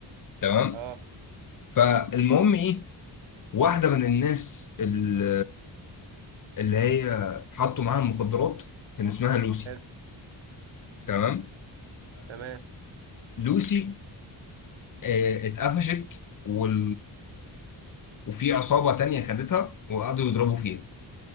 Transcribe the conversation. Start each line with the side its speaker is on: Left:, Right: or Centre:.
Left: تمام
Right: اه
Left: فالمهم ايه واحده من الناس اللي, اللي هي حطوا معاها المخدرات كان اسمها لوسي
Right: حلو
Left: تمام
Right: تمام
Left: فلوسي آه، اتقفشت وال وفي عصابه تانية خدتها وقعدوا يضربوا فيها